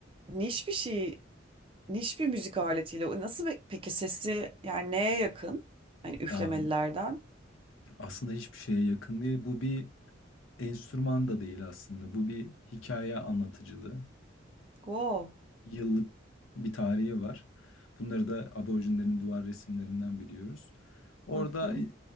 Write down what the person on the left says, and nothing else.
Am, aslında hiçbir şeye yakın değil. Bu bir enstrüman da değil aslında. Bu bir hikaye anlatıcılığı.
yıllık bir tarihi var. Bunları da aborjinlerin duvar resimlerinden biliyoruz. Orada
e,